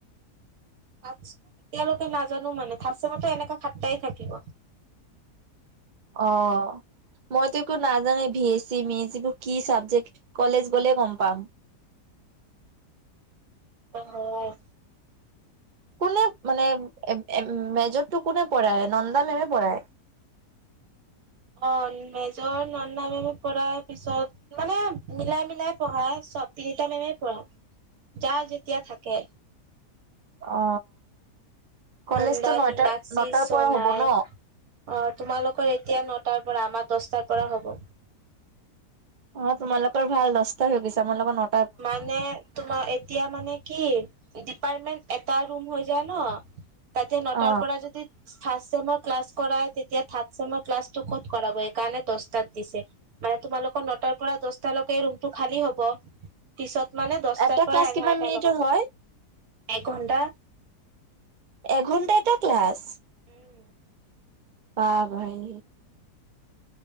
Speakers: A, on the right; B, on the right.
A: <unintelligible> এতিয়ালৈকে নাজানো মানে থাৰ্ড ছেমটো এনেকাই সাতটাই থাকিব।
B: অ। মইতো একো নাজানে ভিএছি মিএচি এইবোৰ কি চাবজেক্ট কলেজ গ'লে গম পাম। <inaudible>
A: <unintelligible>
B: কোনে মানে মেজৰটো কোনে পঢ়ায় নন্দা মেম এ পঢ়ায়। <inaudible>
A: অ মেজৰ নন্দ মেম এ পঢ়াই পিছত মানে মিলাই মিলাই পঢ়াই। চব তিনিটা মেমে পঢ়াই যাৰ যেতিয়া থাকে।
B: অ। কলেজতো
A: নন্দা
B: নয়টা
A: মীনাক্ষী
B: নটাৰ
A: চনাই
B: পৰা হ'ব ন
A: অ তোমালোকৰ এতিয়া নহ। টাৰ পৰা আমাৰ দহটাৰ পৰা হব।
B: অ তোমালোকৰ ভাল দহটা হৈ গৈছা আমালোকৰ ন।
A: মানে তোমাৰ এতিয়া মানে কি। ডিপাৰ্টমেণ্ট এটা ৰুম হৈ যায় নহ তাতে নটাৰ
B: অ
A: পৰা যদি। ফাষ্ট ছেমৰ ক্লাছ কৰাই তেতিয়া থাৰ্ড ছেমৰ ক্লাছটো ক'ত কৰাব সেইকাৰণে দহটাত দিছে। মান তোমালোকৰ নটাৰ পৰা দহটালৈকে ৰুমটো খালী হ'ব। পিছত মানে দহটাৰ
B: এটা
A: পৰা
B: ক্লাছ
A: এঘাৰটাৰ
B: কিমান মিনিটৰ
A: লগত
B: হয়
A: হ'ব এঘন্টা।
B: এঘন্টা এটা ক্লাছ।
A: উম
B: বাহ ভাই।